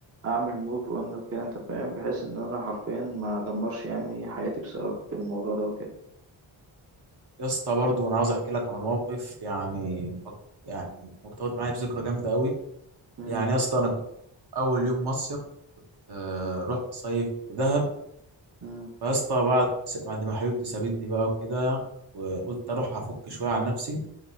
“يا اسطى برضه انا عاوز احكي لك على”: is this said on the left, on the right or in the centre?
Right